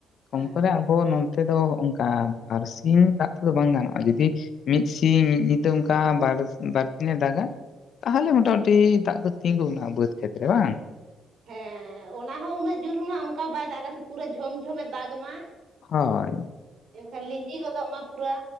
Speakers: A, on the left (about 65°); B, on the right (about 60°).
A: ᱠᱚᱢ
B: ᱦᱮᱸ
A: ᱠᱚᱨᱮ ᱟᱵᱚ ᱱᱚ <unintelligible> ᱛᱮᱫᱚ ᱚᱱᱠᱟ ᱵᱟᱨ ᱥᱤᱧ ᱫᱟᱜ ᱛᱮᱫᱚ ᱵᱟᱝ ᱜᱟᱱᱚᱜᱼᱟ ᱡᱩᱫᱤ ᱢᱤᱫ ᱥᱤᱧ ᱢᱤᱫ ᱧᱤᱫᱟᱹ ᱚᱱᱠᱟ ᱵᱟᱨ ᱵᱟᱨ ᱫᱤᱱ-ᱮ ᱫᱟᱜᱼᱟ ᱛᱟᱦᱞᱮ ᱢᱚᱴᱟᱢᱩᱴᱤ ᱫᱟᱜ ᱫᱚ ᱛᱤᱸᱜᱩᱱᱟ ᱵᱟᱹᱫᱽ ᱠᱷᱮᱛ ᱨᱮ ᱵᱟᱝ
B: ᱦᱮᱸ ᱚᱱᱟ ᱦᱚᱸ ᱩᱱᱟᱹᱜ ᱡᱩᱨᱢᱟ ᱚᱱᱠᱟ ᱵᱟᱭ ᱫᱟᱜ ᱟᱠᱟᱫ ᱥᱮ ᱯᱩᱨᱟᱹ ᱡᱷᱚᱢ ᱡᱷᱚᱢᱮ ᱫᱟᱜᱽ ᱢᱟ
A: ᱦᱳᱭ
B: ᱮᱱᱠᱷᱟᱱ ᱞᱤᱸᱡᱤ ᱜᱚᱫᱚᱜ ᱢᱟ ᱯᱩᱨᱟᱹ